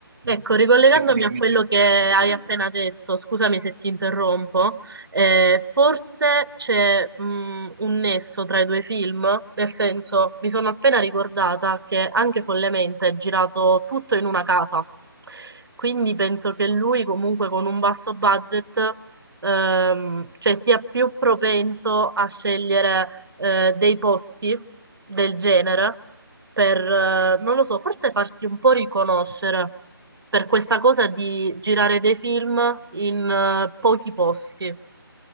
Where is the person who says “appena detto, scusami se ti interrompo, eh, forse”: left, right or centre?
Right